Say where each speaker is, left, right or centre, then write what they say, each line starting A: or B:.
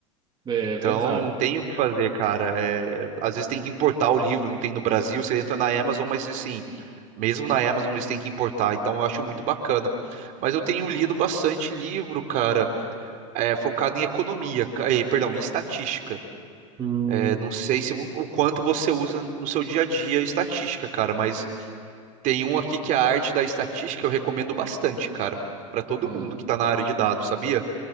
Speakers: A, on the right; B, on the right.
A: é
B: então
A: verdade.
B: não tem o que fazer, cara. É, é, às vezes tem que importar o livro, não tem no Brasil, você entra na Amazon, mas assim, mesmo na Amazon eles têm que importar, então eu acho muito bacana. Mas eu tenho lido bastante livro, cara é, focado em economia, ca- eh, perdão, em estatística.
A: Hum,
B: É, não sei se vo- o quanto você usa no seu dia a dia estatística, cara, mas tem um aqui que é a arte da estatística, eu recomendo bastante, cara, pra todo
A: tá.
B: mundo que tá na área de dados, sabia?